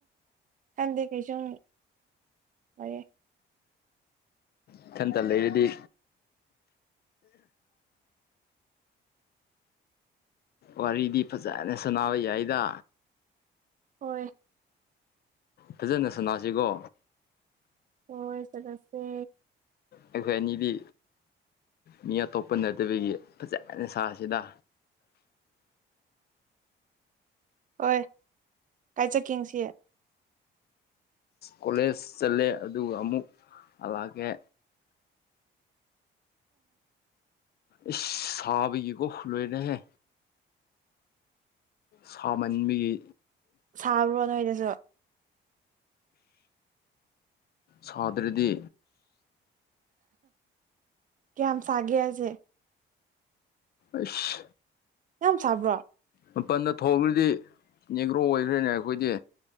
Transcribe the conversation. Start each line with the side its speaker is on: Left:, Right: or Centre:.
Right: ꯈꯟꯗꯦ ꯀꯩꯁꯨꯝ ꯋꯥꯌꯦ
Left: ꯏꯊꯟꯇ ꯂꯩꯔꯗꯤ ꯋꯥꯔꯤꯗꯤ ꯐꯖꯅ ꯁꯥꯟꯅꯥ ꯌꯥꯏꯗ
Right: ꯍꯣꯏ
Left: ꯐꯖꯅ ꯁꯅꯥꯁꯤꯒꯣ
Right: ꯍꯣꯏ ꯆꯠꯂꯁꯦ
Left: ꯑꯩꯈꯣꯏ ꯑꯅꯤꯗꯤ ꯃꯤ ꯑꯇꯣꯞꯄ ꯅꯠꯇꯕꯒꯤ ꯐꯖꯅ ꯁꯥꯁꯤꯗ
Right: ꯍꯣꯏ ꯀꯥꯏ ꯆꯀꯦꯁꯤ
Left: ꯀꯣꯂꯦꯖ ꯆꯠꯂꯦ ꯑꯗꯨꯒ ꯑꯃꯨꯛ ꯍꯜꯂꯛꯑꯀꯦ ꯑꯦ ꯁꯥꯕꯒꯣ ꯂꯣꯏꯅꯦꯍꯦ ꯁꯥꯃꯟꯕꯒꯤ
Right: ꯁꯥꯕ꯭ꯔꯣ ꯅꯣꯏꯗꯁꯨ
Left: ꯁꯥꯗ꯭ꯔꯗꯤ
Right: ꯀꯌꯥꯝꯝ ꯁꯥꯒꯦ ꯍꯥꯢꯁꯦ
Left: ꯑꯁ
Right: ꯌꯥꯝ ꯁꯥꯕ꯭ꯔꯣ
Left: ꯃꯄꯜꯗ ꯊꯣꯡꯈꯗꯤ ꯅꯦꯒ꯭ꯔꯣ ꯑꯣꯏꯈ꯭ꯔꯦꯅꯦ ꯑꯩꯈꯣꯏꯗꯤ